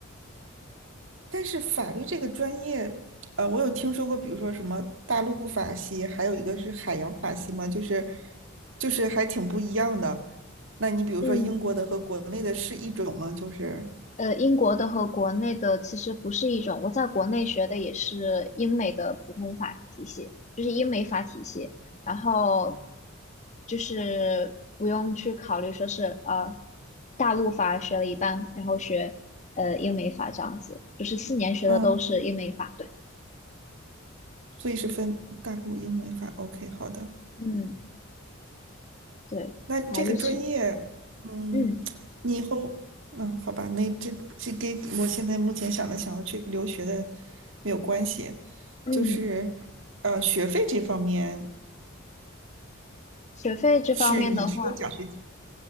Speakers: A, on the right; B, on the left.
A: 但是法律这个专业，呃，我有听说过，比如说什么大陆法系，还有一个是海洋法系嘛，就是就是还挺不一样的。那你比如说英国的和国内的是一种吗？
B: 嗯
A: 就是。
B: 呃，英国的和国内的其实不是一种，我在国内学的也是英美的普通法体系，就是英美法体系，然后就是不用去考虑说是呃大陆法学了一半，然后学呃英美法这样子，就是四年学的都是英美法，
A: 嗯。
B: 对，
A: 所以是分大陆英美法。OK，好的。
B: 嗯。对，
A: 那这个专业，
B: 法律系，
A: 嗯，
B: 嗯
A: 你以后，嗯，好吧，那这这跟我现在目前想的想要去留学的没有关系，
B: 嗯，
A: 就是呃，学费这方面
B: 学费这方面的话，
A: 是你是有奖学金，